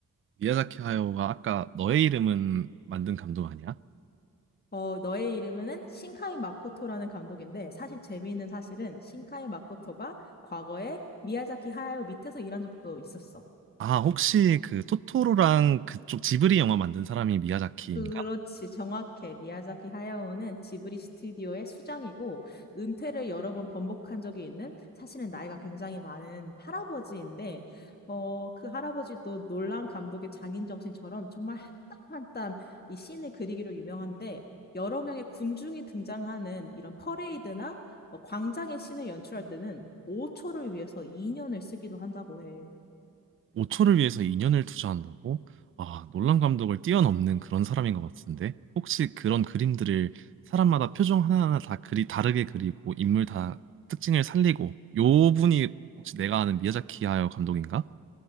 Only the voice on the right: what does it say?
미야자키 하야오가 아까 너의 이름은 만든 감독 아니야?
아, 혹시 그 토토로랑 그쪽 지브리 영화 만든 사람이 미야자키인가?
5초를 위해서 2년을 투자한다고? 아, 놀란 감독을 뛰어넘는 그런 사람인 것 같은데. 혹시 그런 그림들을 사람마다 표정 하나하나 다 그리 다르게 그리고 인물 다 특징을 살리고 요 분이 혹시 내가 아는 미야자키 하야 감독인가?